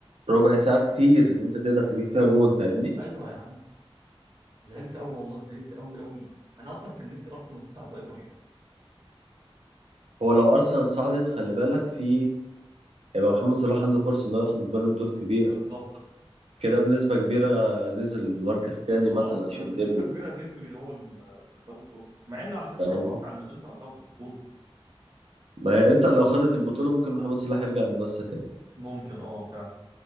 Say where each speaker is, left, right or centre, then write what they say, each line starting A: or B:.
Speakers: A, on the right; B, on the right.
A: ربع ساعة كتير إن أنت تقدر تجيب فيها جون فاهمني
B: ايوه يا زعلت قوي والله اتضايقت قوي قوي انا اصلا كان نفسي ارسنال تصعد باي طريقه
A: هو لو ارسنال صعدت خلي بالك في هيبقى محمد صلاح عنده فرصه انه ياخد البالون دول كبيره
B: بالظبط
A: كده بنسبه كبيره نزل مركز تاني
B: خلاص
A: مثلا عشان
B: ب- بنسبه
A: ديمبلي
B: كبيره ديمبلي هو ال- البالون دور مع ان على فكره
A: فاهم
B: انا اتوقع ان الانتر هتاخد البطوله
A: ما هي انت لو خدت البطوله ممكن محمد صلاح يرجع المنافسه تاني
B: ممكن اه فعلا